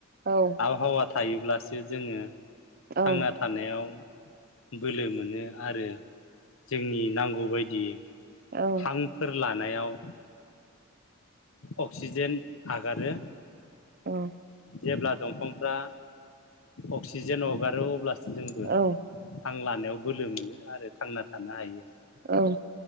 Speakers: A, on the right (about 40°); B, on the left (about 60°).
A: औ
B: आबहावा थायोब्लासो जोङो
A: औ
B: थांना थानायाव। बोलो मोनो आरो जोंनि नांगौबायदि।
A: औ
B: हांफोर ला नायाव अक्सिजेन। आगारो
A: औ
B: जेब्ला दंफांफ्रा अक्सिजेन हगारो अब्लास जोंबो
A: औ
B: हां लानायाव बोलो मोनो आरो थांना थानो हायो
A: औ